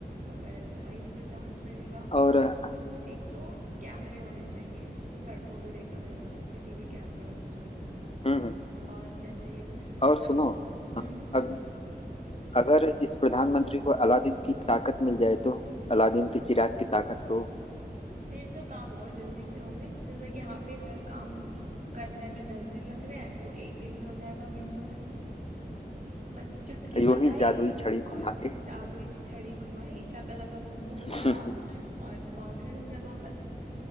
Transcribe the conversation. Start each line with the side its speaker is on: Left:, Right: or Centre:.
Right: अगर वही मुझे चांस मिलेगा
Left: और हम्म
Right: एक तो कैमरे होने चाहिए सड़कों पे देखा जाए तो सीसीटीवी कैमरे होने चाहिए
Left: हम्म
Right: और जैसे
Left: और
Right: अब
Left: सुनो
Right: हम्म
Left: अग, अगर इस प्रधानमंत्री को अलादीन की ताकत मिल जाए तो अलादीन के चिराग की ताकत तो
Right: फिर तो काम और जल्दी से होंगे जैसे यहाँ पे हर काम करने में दस दिन लग रहे हैं वो एक दिन में हो जाएगा मिनटों में बस चुटकी
Left: यूं
Right: बजाई
Left: ही जादुई छड़ी
Right: और
Left: घुमा के
Right: जादुई छड़ी घुमाई शाकाला का बूम बूम
Left: <laughs>
Right: करा और पहुंच गए उस जगह